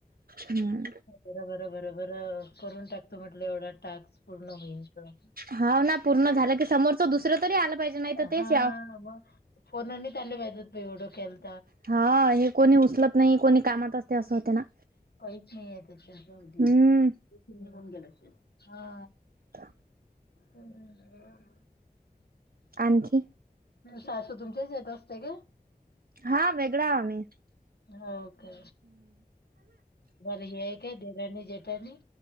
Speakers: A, on the right; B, on the left.
A: हम्!
B: बर बरं बर बरं करून टाकतो म्हटलं एवढा टास्क पूर्ण होईस्तोवर.
A: हा ना पूर्ण झालं की समोरच दुसरं तरी आलं! पाहिजे नाही तर तेच
B: हा
A: याव
B: मग फोनने आले पाहिजत एओढं केलता?
A: हा हे कोणी उचलत नाही कोणी कामात अस असं होते ना?
B: काहीच नाही एकदम
A: हम्म
B: निघन गेला हा.
A: तर,
B: हम्म्,
A: आणखी,
B: सासू तुमच्याच येत असते काय!
A: हा वेगळा आ म
B: हो का बर हे आहे काय देरानी जेटानी,